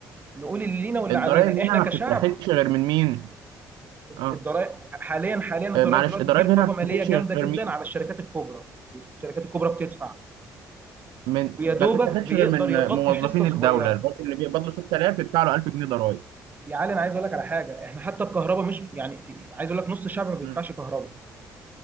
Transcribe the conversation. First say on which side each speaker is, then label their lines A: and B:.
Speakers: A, on the right; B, on the right.
A: نقول اللي لينا واللي
B: الضرايب
A: علينا
B: هنا
A: احنا
B: ما
A: كشعب
B: بتتاخدش غير من مين؟ اه
A: الضرائب حاليا حاليا الضرائب
B: آه، معلش
A: دلوقتي
B: الضرايب
A: في رقابه
B: هنا ما
A: ماليه
B: بتتاخدش
A: جامده
B: غير
A: جدا
B: مين؟
A: على الشركات الكبرى والشركات الكبرى بتدفع
B: من
A: ويا دوبك
B: ما بتتاخدش
A: بيقدر
B: غير من
A: يغطي
B: موظفين
A: حصه صغيره
B: الدولة الراجل اللي بيقبض له 6000 بيدفع له 1000 جنيه ضرايب
A: يا علي انا عايز اقول لك على حاجه احنا حتى الكهرباء مش يعني في عايز اقول لك نص الشعب ما بيدفعش
B: مم.
A: كهرباء